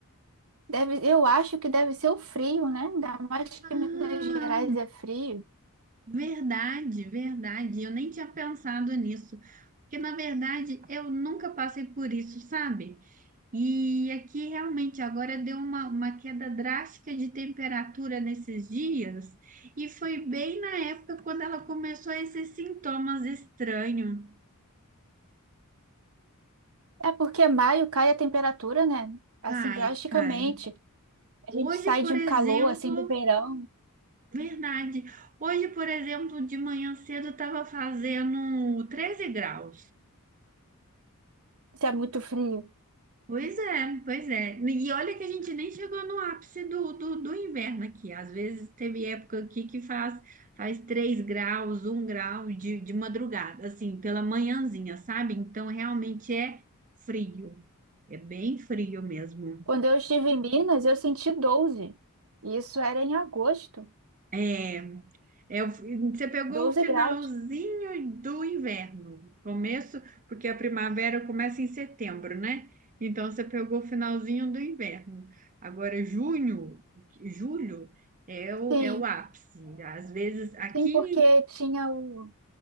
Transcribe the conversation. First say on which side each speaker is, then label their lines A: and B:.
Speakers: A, on the right (about 65°); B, on the right (about 35°).
A: Deve, eu acho que deve ser o frio, né? Ainda mais que
B: Ah,
A: Minas Gerais é frio.
B: verdade, verdade. Eu nem tinha pensado nisso, porque na verdade eu nunca passei por isso, sabe? E aqui realmente agora deu uma, uma queda drástica de temperatura nesses dias, e foi bem na época quando ela começou a esses sintomas estranhos.
A: É porque maio cai a temperatura, né? Assim,
B: Cai,
A: drasticamente.
B: cai.
A: A
B: Hoje,
A: gente sai
B: por
A: de um
B: exemplo,
A: calor, assim, do verão.
B: verdade. Hoje, por exemplo, de manhã cedo estava fazendo 13 graus.
A: Isso é muito frio.
B: Pois é, pois é. E olha que a gente nem chegou no ápice do, do, do inverno aqui. Às vezes teve época aqui que faz, faz 3 graus, um grau de, de madrugada, assim, pela manhãzinha, sabe? Então realmente é frio. É bem frio mesmo.
A: Quando eu estive em Minas, eu senti 12. E isso era em agosto.
B: É, É, o fi- você pegou
A: 12
B: o finalzinho
A: graus.
B: do inverno, começo, porque a primavera começa em setembro, né? Então você pegou o finalzinho do inverno. Agora, junho, julho é o,
A: Sim.
B: é o ápice. Às vezes aqui
A: Sim, porque tinha o...